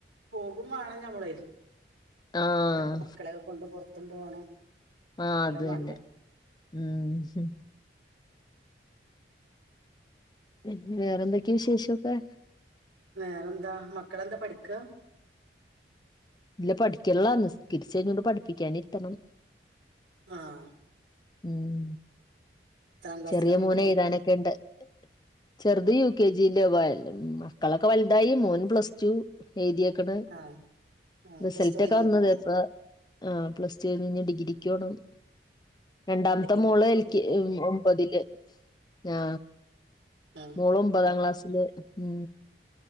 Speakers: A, on the right; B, on the left.
A: പോകും വാണം ഞമ്മള്
B: ആഹ്
A: ഇടക്ക് മക്കളൊക്കെ കൊണ്ട് പൊറത്തും പോണം
B: ആ
A: എല്ലാം
B: അത് തന്നെ
A: വേണ്ടേ
B: ഉം പി വേറെന്തൊക്കെയ വിശേഷംൊക്കെ
A: വേറെന്താ മക്കളെന്താ പഠിക്ക
B: ഇല്ല പഠിക്കുള്ളാണ് നിസ്കരിച്ച് ഴിഞ്ഞിട്ട്പഠിപ്പിക്കാന ഇരുത്തണം
A: ആഹ
B: ഉം
A: ക്ലാസ്സിലാ
B: ചെറിയ
A: പഠിക്കണേ
B: മോന എഴുതാനൊക്കെ ഉണ്ട് ചെറുത് യു കെ ജി മക്കളൊക്കെ വലുതായി മോന്പ്ലസ് ടു എഴുതിൊക്കണ്
A: ആഹ് ആഹ് പ്ലസ്
B: റിസൾറ്റ്
A: ടു കഴിഞ്ഞപ്പോ
B: ഒക്കെ വന്നത് ഇപ്പ ആ പ്ലസ് ടു ഴിഞ്ഞ് ഡിഗ്രക്ക്ോണം രണ്ടാമത്തെ
A: ഡിഗ്രിക്ക്
B: മോള്
A: കൊടുത്ത
B: എലിക്ക് ഒമ്പതില് ആ
A: ആഹ്
B: മൂളും ഒമ്പതാം ക്ലാസില് ഉ